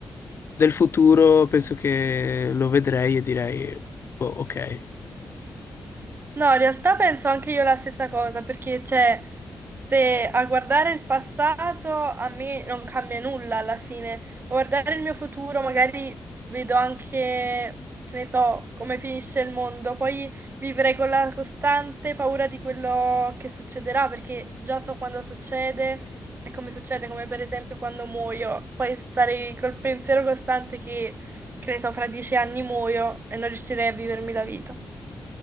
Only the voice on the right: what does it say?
No, in realtà penso anche io la stessa cosa, perché cioè, se a guardare il passato a me non cambia nulla alla fine, ma guardare il mio futuro magari vedo anche, che ne so, come finisce il mondo, poi vivrei con la costante paura di quello che succederà, perché già so quando succede e come succede, come per esempio quando muoio, poi sarei col pensiero costante che, che ne so, fra dieci anni muoio e non riuscirei a vivermi la vita.